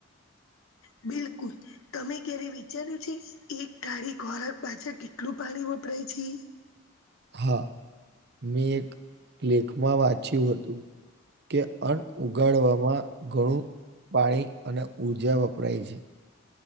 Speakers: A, on the left; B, on the right.
A: બિલકુલ. તમે ક્યારે વિચાર્યું છે એક ગાડી ખોરાક પાછા કેટલું પાણી વપરાય છે.
B: હા મેં એક લેખમાં વાંચ્યું હતું. કે અન્ન ઉગાડવામાં ઘણું પાણી અને ઉઊર્જા વપરાય છે.